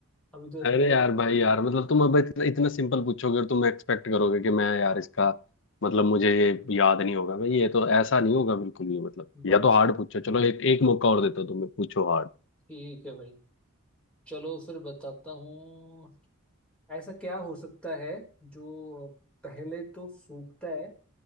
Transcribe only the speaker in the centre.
अभी तो
मैंने
बच
ठीक है भाई चलो फिर बताता हूँ ऐसा क्या हो सकता है जो पहले तो सूखता है